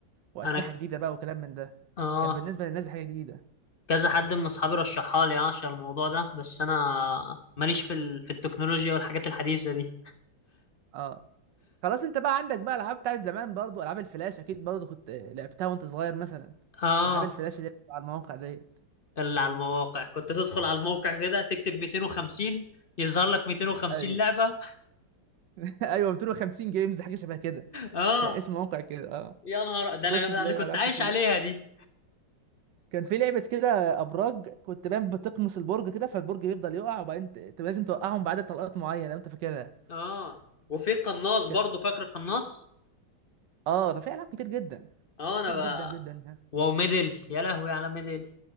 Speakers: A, on the right; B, on the left.
A: وأسلحة
B: انا
A: جديدة بقى وكلام من ده
B: اه
A: كان بالنسبة للناس دي حاجة جديدة
B: كذا حد من اصحابي رشحها لي اه عشان الموضوع ده بس انا ماليش في ال... في التكنولوجيا والحاجات الحديثة دي
A: اه خلاص انت بقى عندك بقى العاب بتاعت زمان برضو العاب الفلاش اكيد برضو كنت لعبتها وانت صغير مثلا
B: اه
A: العاب الفلاش اللي هي بتبقى على المواقع ديت
B: اللي على المواقع كنت تدخل على الموقع كده تكتب 250 يظهر لك 250
A: ايوه
B: لعبة
A: <laughs> ايوه 250 جيمز حاجه شبه كده
B: اه
A: كان اسم موقع كده اه
B: يا نهار ده
A: تخش
B: انا
A: تلاقي
B: ده انا كنت
A: العاب
B: عايش
A: كتير
B: عليها دي
A: كان في لعبه كده ابراج كنت بقى بتقمص البرج كده فالبرج يفضل يقع وبعدين ت- ت- لازم توقعهم بعدد طلقات معينه لو انت فاكرها
B: اه وفي قناص برضو
A: كده
B: فاكر القناص
A: اه ده في العاب كتير جدا
B: اه انا
A: كتير جدا جدا ها
B: وميدل يا لهوي على ميدل